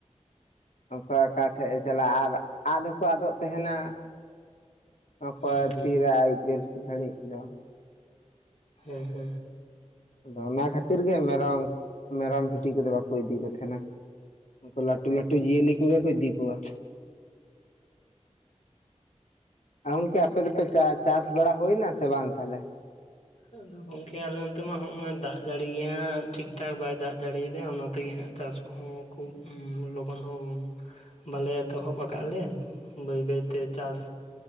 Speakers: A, on the left; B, on the left.
A: ᱚᱠᱚᱭ ᱚᱠᱟ ᱴᱷᱮᱡ ᱮ ᱪᱟᱞᱟᱜᱼᱟ ᱟᱨ ᱟᱫ ᱦᱚᱸ ᱠᱚ ᱟᱫᱚᱜ ᱛᱟᱦᱮᱸᱱᱟ᱾ ᱚᱠᱚᱭ
B: ᱦᱩᱸ ᱦᱩᱸ
A: ᱛᱤ ᱨᱮ ᱟᱭᱩᱵ ᱵᱮᱨ <inaudible> ᱜᱷᱟᱹᱲᱤᱡ ᱫᱚ᱾
B: ᱦᱮᱸ ᱦᱮᱸ᱾
A: ᱟᱫᱚ ᱚᱱᱟ ᱠᱷᱟᱛᱤᱨ ᱜᱮ ᱢᱮᱨᱚᱜ, ᱢᱮᱨᱚᱢ ᱵᱷᱤᱰᱤ ᱠᱚᱫᱚ ᱵᱟᱠᱩ ᱤᱫᱤ ᱠᱚ ᱛᱟᱦᱮᱸᱱᱟ᱾ ᱩᱝᱠᱩ ᱞᱟᱴᱩ ᱞᱟᱴᱩ ᱡᱤᱭᱟᱹᱞᱤ ᱠᱚᱜᱮ ᱠᱚ ᱤᱫᱤ ᱠᱚᱣᱟ᱾ ᱟ ᱜᱚᱝᱠᱮ ᱟᱯᱮ ᱫᱚᱯᱮ ᱪᱟ ᱪᱟᱥ ᱵᱟᱲᱟ ᱦᱚᱭ ᱱᱟ ᱥᱮ ᱵᱟᱝ ᱛᱟᱦᱚᱞᱮ?
B: ᱟᱫᱚ ᱜᱚᱝᱠᱮ ᱟᱞᱮ ᱱᱚᱛᱮ ᱢᱟ ᱦᱚᱸᱜᱼᱚᱭ ᱫᱟᱜ ᱡᱟᱲᱤ ᱜᱮ ᱦᱟᱸᱜ ᱴᱷᱤᱠ ᱴᱷᱟᱜ ᱵᱟᱭ ᱫᱟᱜ ᱡᱟᱲᱤᱭᱮᱫᱟ ᱚᱱᱟ ᱛᱮᱜᱮ ᱦᱟᱸᱜ ᱪᱟᱥ ᱠᱚᱦᱚᱸ ᱠᱷᱩᱵ ᱞᱚᱜᱚᱱ ᱦᱚᱸ ᱵᱟᱞᱮ ᱮᱛᱚᱦᱚᱵ ᱟᱠᱟᱜ ᱟᱞᱮ, ᱵᱟᱹᱭ ᱵᱟᱹᱭ ᱛᱮ ᱪᱟᱥ